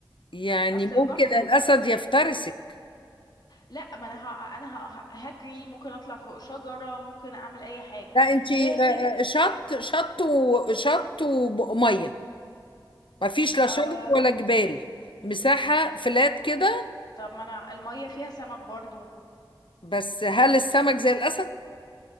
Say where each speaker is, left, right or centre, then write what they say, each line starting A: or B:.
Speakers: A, on the left (about 75°); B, on the left (about 55°).
A: يعني
B: اصل البحر
A: ممكن الاسد يفترسك
B: لا ما انا ه... انا ه... هجري ممكن اطلع فوق شجرة ممكن اعمل اي حاجة
A: لا انت
B: لكن
A: آه، آه، شط شط وشط وميه ما فيش لا
B: آه.
A: شجر ولا جبال مساحة فلات كده
B: طب ما انا المية فيها سمك برضه
A: بس هل السمك زي الأسد؟